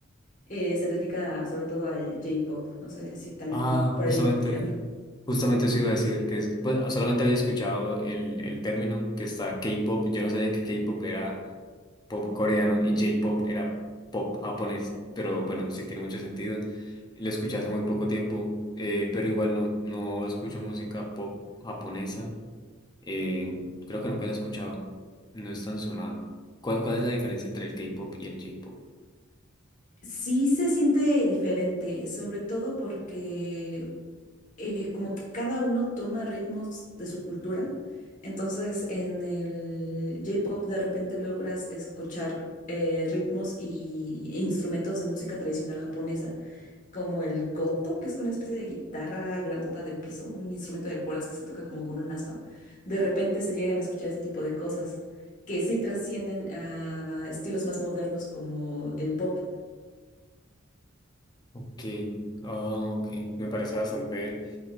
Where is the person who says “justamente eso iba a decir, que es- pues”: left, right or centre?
Left